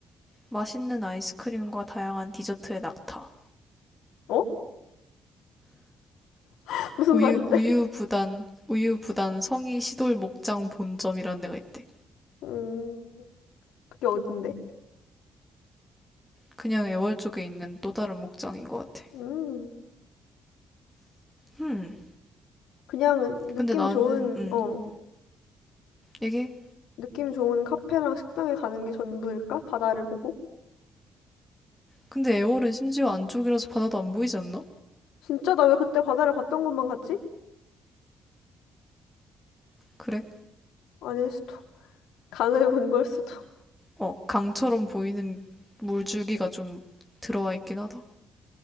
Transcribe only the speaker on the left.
어? <laughs> 무슨
말인데?
음 그게 어딘데?
음
그냥 느낌
좋은
어
느낌 좋은 카페랑 식당에 가는 게 전부일까? 바다를 보고?
진짜 나 왜 그때 바다를 봤던 것만 같지?
아닐 수도 <laughs> 강을 본 걸 수도